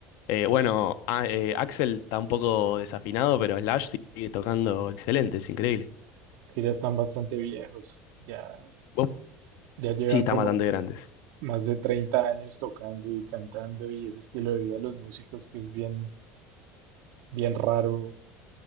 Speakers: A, on the left; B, on the right.
A: eh, bueno, a- eh, Axel está un poco desafinado, pero Slash sigue tocando excelente, es increíble.
B: es que ya están bastante viejos, ya,
A: ¿Vos?
B: ya llevan
A: Sí, están
B: como
A: bastante grandes.
B: más de 30 años tocando y cantando y ese estilo de vida de los músicos que es bien, bien raro,